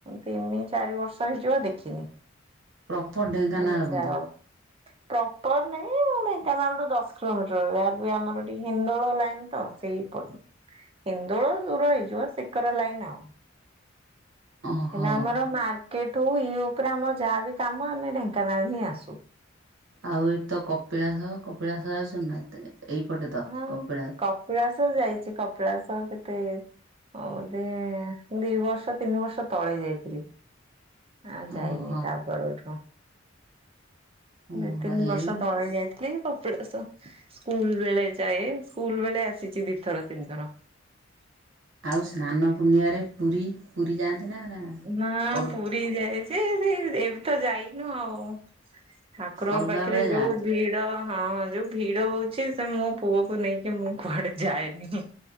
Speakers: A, on the right; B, on the right.
A: ତିନି ଚାରି ବର୍ଷ ହେଇଯିବ ଦେଖିନି।
B: ପ୍ରପର ଢେଙ୍କାନାଳ
A: ନାଇଁ
B: ବୋଧେ?
A: ଯାଅ। ପ୍ରପର ନାଇଁ ମାନେ ଢେଙ୍କାନାଳ ଠୁ ଦଶ କିଲୋମିଟର। ଯାହେଲେ ବି ଆମର ଟିକେ ହିନ୍ଦୋଳ ଲାଇନ୍ ତ। ସେଇ ପଟୁ ହିନ୍ଦୋଳ ଦୂର ହେଇଯିବ ସେକର ଲାଇନ୍ ଆଉ।
B: ଓହୋ
A: କିନ୍ତୁ ଆମର ମାର୍କେଟ ଠୁ ଇଏ ଉପରେ ଆମର ଯାହାବି କାମ ଆମେ ଢେଙ୍କାନାଳ ହିଁ ଆସୁ।
B: ଆଉ ଏଇଠି ତ କପିଳାସ କପିଳାସ ଯାଉଚ ନା ଏତେ, ଏଇପଟେ ତ
A: ହଁ
B: କପିଳା
A: କପିଳାସ ଯାଇଚି କପିଳାସ କେତେ ବୋଧେ ଦି ବର୍ଷ ତିନି ବର୍ଷ ତଳେ ଯାଇଥିଲି। ଆଉ ଯାଇନି
B: ଓହୋ
A: ତାପର ଠୁ।
B: ଓହୋ
A: ଦି ତିନି
B: ଏଇ
A: ବର୍ଷ ତଳେ ଯାଇ କପିଳାସ, ସ୍କୁଲ ବେଳେ ଯାଏ ସ୍କୁଲ ବେଳେ ଆସିଚି ଦିଥର ତିନିଥର।
B: ଆଉ ସ୍ନାନ ପୂର୍ଣ୍ଣିମାରେ ପୁରୀ, ପୁରୀ ଯାଆନ୍ତି ନା
A: ନା
B: ଅଲ
A: ପୁରୀ ଯାଏ ଯେ ଏ ଏବେ ତ ଯାଇନୁ ଆଉ। ଠାକୁରଙ୍କ
B: ଅଲଗା
A: ପାଖରେ
B: ବେଳେ
A: ଯୋଉ
B: ଯାଆନ୍ତି
A: ଭିଡ ହଁ ଯୋଉ ଭିଡ ହଉଚି ସେ ମୋ ପୁଅକୁ ନେଇକି ମୁଁ କୁଆଡେ ଯାଏନି।